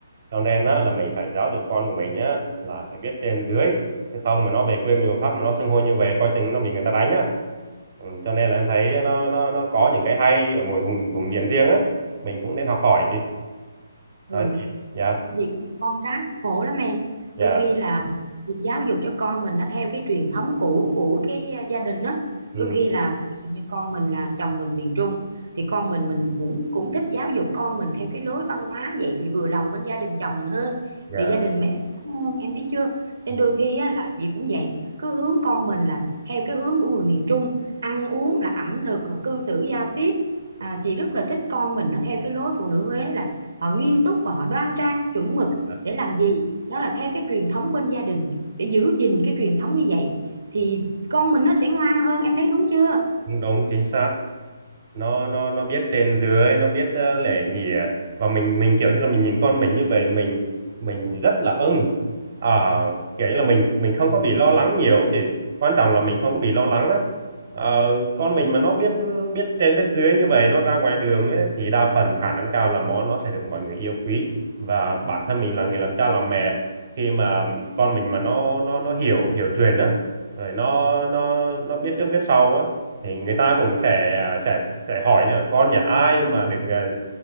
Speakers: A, on the right (about 45°); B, on the right (about 85°).
A: cho nên á là mình phải giáo dục con của mình nhá là phải biết trên dưới chứ không mà nó về quê mình mà Pháp mà nó xưng hô như vậy coi chừng nó bị người ta đánh á ừ, cho nên là em thấy nó nó nó có những cái hay ở mỗi vùng vùng miền riêng á mình cũng nên học hỏi chị
B: ừ.
A: đó dạ
B: việc con cái khổ lắm em
A: dạ
B: đôi khi là việc giáo dục cho con mình nó theo cái truyền thống cũ của cái ờ, gia đình đó
A: ừ
B: đôi khi là ví dụ như con mình là chồng mình miền Trung thì con mình mình cũng cũng thích giáo dục con mình theo cái lối văn hóa vậy thì vừa lòng bên gia đình chồng mình hơn
A: dạ
B: thì gia đình mới êm ấm hơn em thấy chưa cho
A: Ừ,
B: nên đôi khi á, là chị cũng vậy cứ hướng con mình là theo cái hướng của người miền Trung ăn uống là ẩm thực cư xử giao tiếp à, chị rất là thích con mình nó theo cái lối phụ nữ Huế là họ nghiêm túc và họ đoan trang chuẩn mực
A: dạ.
B: để làm gì đó là theo cái truyền thống bên gia đình để giữ gìn cái truyền thống như vậy thì con mình nó sẽ ngoan hơn em thấy đúng chưa
A: đúng đúng, chính xác nó nó nó biết trên dưới nó biết ờ, lễ nghi à. và mình mình kiểu như là mình nhìn con mình như vậy mình mình rất là ưng à, kiểu như là mình mình không có bị lo lắng nhiều ấy chị quan trọng là mình không có bị lo lắng á Ờ, con mình mà nó biết biết trên biết dưới như vậy nó ra ngoài đường ấy, thì đa phần khả năng cao là nó nó sẽ được mọi người yêu quý và bản thân mình là người làm cha làm mẹ khi mà con mình mà nó nó nó hiểu hiểu chuyện á rồi nó nó nó biết trước biết sau á thì người ta cũng sẽ à, sẽ sẽ hỏi nhỉ con nhà ai mà được ờ,